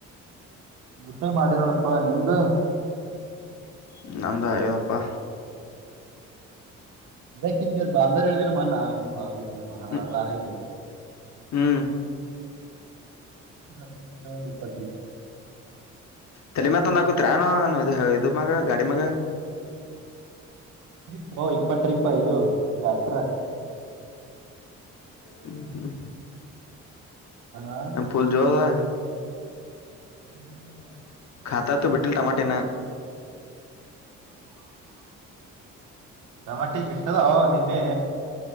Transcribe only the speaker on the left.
ಹ್ಮ ಅಂದಾ ಯದಪ್ಪಾ
ಹ್ಮ್
ಹ್ಮ್
ತಲೆ ಮತ್ತ ನಾಕು ತತ್ರಾಣ ಇ ಇದು ಮಾಗ ಗಾಡಿ ಮಾಗ
ಹ್ಮ ಹ್ಮ್
ಎಫೂಲ್ ಜವಾಸ
ಾತಾ ತ ಬಿಟಲ್ ಟಮಾಟೆ ನ